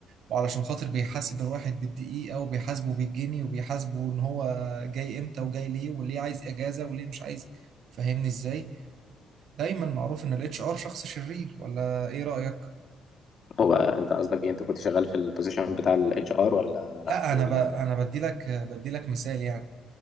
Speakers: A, on the right; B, on the left.
A: وعلشان خاطر بيحاسب الواحد بالدقيقه وبيحاسبه بالجنيه وبيحاسبه ان هو جاي امتى وجاي ليه وليه عايز اجازه وليه مش عايز فاهمني ازاي دايما معروف ان الاتش ار شخص شرير ولا ايه رايك
B: هو انت قصدك ايه انت كنت شغال في البوزيشن بتاع الاتش ار ولا
A: لا انا
B: ولا
A: ب... انا بدي لك بدي لك مثال يعني